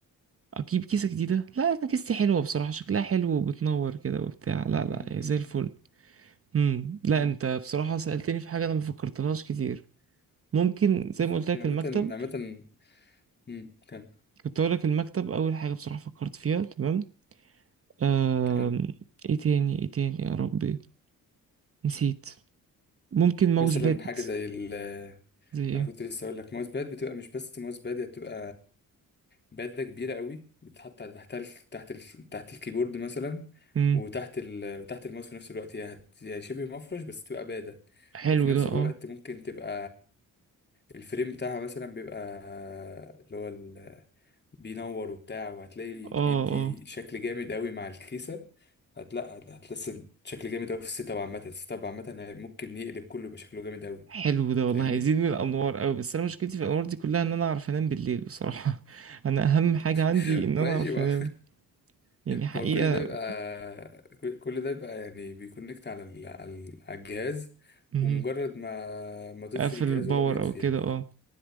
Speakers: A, on the right; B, on the left.
A: أجيب كيسة جديدة لا أنا كيستي حلوة بصراحة شكلها حلو وبتنور كده وبتاع لا
B: مم.
A: لا
B: مم.
A: هي زي الفل امم لا
B: مم.
A: انت بصراحة سألتني في حاجة انا ما فكرتلهاش كتير ممكن
B: <laughs>
A: زي ما قلت لك
B: عامة
A: المكتب
B: عامة مم. كان
A: كنت اقول لك المكتب اول حاجة بصراحة فكرت فيها تمام آم...
B: كان
A: ايه تاني ايه تاني يا ربي نسيت ممكن ماوس
B: مثلا
A: باد
B: حاجة زي ال
A: زي ايه
B: انا كنت لسه اقول لك ماوس باد بتبقى مش بس ماوس باد هي بتبقى باده كبيره قوي بتتحط على تحت ال... تحت ال... تحت الكيبورد مثلا
A: امم
B: وتحت ال... وتحت الماوس في نفس الوقت هي هت... هي شبه مفرش بس تبقى باده
A: حلو
B: وفي نفس
A: ده
B: الوقت
A: اه
B: ممكن تبقى الفريم بتاعها مثلا بيبقى اللي هو ال... بينور وبتاع وهتلاقي
A: اه
B: بيدي
A: اه
B: شكل جامد قوي مع الكيسه هتلا هت- هتحس شكل جامد قوي في السيت اب عامه السيت اب عامه ممكن يقلب كله يبقى شكله جامد قوي
A: حلو ده والله
B: فاهمني
A: هيزيد من الانوار قوي بس انا مشكلتي في الانوار دي كلها ان انا اعرف انام بالليل بصراحة <laughs> انا اهم حاجة عندي
B: <laughs>
A: ان
B: ماشي
A: انا اعرف
B: بقى
A: انام يعني حقيقة
B: فكل ده بيبقى كل كل ده بيبقى يعني بيكونكت على ال... على ال... على الجهاز
A: مهم.
B: ومجرد ما ما تطفي
A: اقفل
B: الجهاز
A: الباور
B: هو بيطفي
A: او كده
B: يعني
A: اه